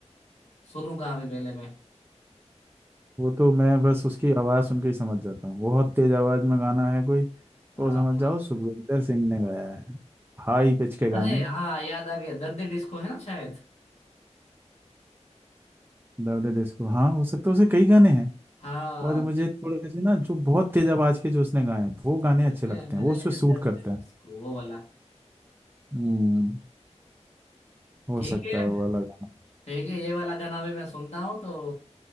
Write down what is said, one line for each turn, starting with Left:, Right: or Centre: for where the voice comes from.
Left: सुनूंगा अभी पहले मैं
Right: वो तो मैं बस उसकी आवाज़ सुन के ही समझ जाता हूँ बहुत तेज आवाज़ में गाना है कोई
Left: हाँ
Right: वो समझ
Left: हाँ,
Right: जाओ
Left: हाँ।
Right: सुखविंदर सिंह ने गाया है हाई पिच के गाने
Left: अरे हाँ याद आ गया दर्द डिस्को है ना शायद
Right: दर्द है दिल को हाँ हो सकता है उसे कई गाने हैं
Left: हाँ
Right: और मुझे थोड़े से ना जो बहुत तेज आवाज के जो उसने गाए हैं वो गाने
Left: दिल
Right: अच्छे
Left: में
Right: लगते
Left: मेरे
Right: हैं वो उस पर
Left: है
Right: सूट
Left: दर्द
Right: करते
Left: डिस्को
Right: हैं
Left: वो वाला
Right: हम्म हो
Left: ठीक
Right: सकता
Left: है
Right: है वो वाला गाना
Left: ठीक है ये वाला गाना भी मैं सुनता हूँ तो